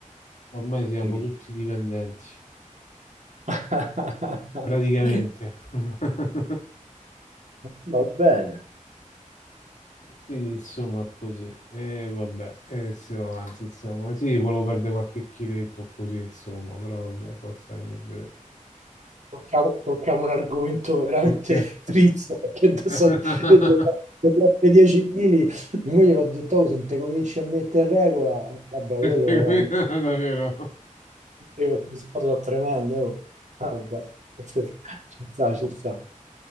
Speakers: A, on the left; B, on the right.
A: Ormai siamo
B: sì.
A: tutti dipendenti,
B: <laughs>
A: praticamente. <laughs>
B: Va bene.
A: E quindi insomma così, e vabbè, e si va avanti insomma, sì, volevo perdere qualche chiletto così insomma, però vabbè, poi staremo a vedere.
B: Tocchiamo, tocchiamo un argomento veramente
A: Su che?
B: <laughs> triste, perché adesso
A: <laughs>
B: io devo devo perdere 10 kg, mia moglie mi ha detto, "Oh, se non te cominci a mettere in regola, vabbè,
A: Perché
B: quello
A: qui
B: no,
A: <laughs> davvero?
B: Che cosa tremenda, oh. Guarda, <laughs> ci sta, ci sta.